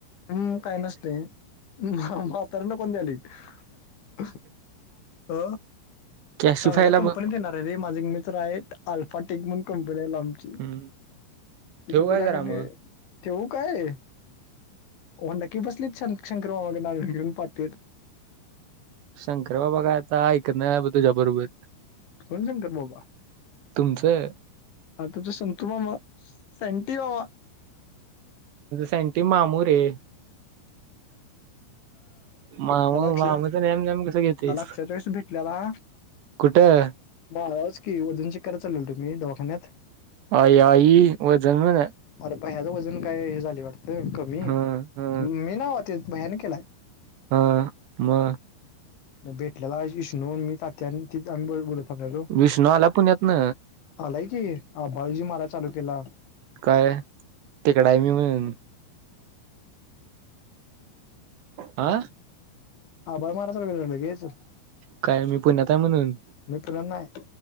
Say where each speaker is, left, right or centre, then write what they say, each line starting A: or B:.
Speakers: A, on the left; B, on the right.
A: हम् काय नसते नंतर न कोण द्यायला अ
B: कॅशिफायला
A: चांगल्या कंपनीत
B: बघ
A: येणार आहे रे माझे मित्र आहेत आल्फाटेक म्हण कंपनी आहेला आमची
B: हम्म.
A: तिथे
B: ठेवू काय
A: तिला
B: करा
A: क
B: मग
A: ठेव काय होंडाकी बसलीत शंकर बाबाग नार घेऊन पाहते.
B: शंकर बाबा कायता ऐक ना तुझ्या बरोबर
A: ण शंकर बाबा
B: तुमचं
A: आताच्या संतुमामा संटी बावा
B: सँटी मामू रे मामा
A: काल अक्षा
B: मामाचं नॅम नॅम कसं घेतेस
A: काल अक्षा त्यादिवशी भेटलेला.
B: कुठं
A: तवाच की वजन चेक करायला चाललो होतो मी दवाखान्यात.
B: आई आई वजन व्हय.
A: अरे पण ह्याच वजन काही हे झालं वाटतं कमी
B: हा हा
A: मी नाही भैय्याने केला.
B: हा म
A: भेटल्याला इश्णवून मी तात्या आणि आम्ही बोलत थांबलेलो
B: विष्णू आला पुण्यातन?
A: आलाय की फाय जी माराय चालू केला.
B: काय ते? डाय म म्हून हा.
A: <unintelligible>
B: काय मी पुण्यात आहे म्हणून.
A: मित्र नाय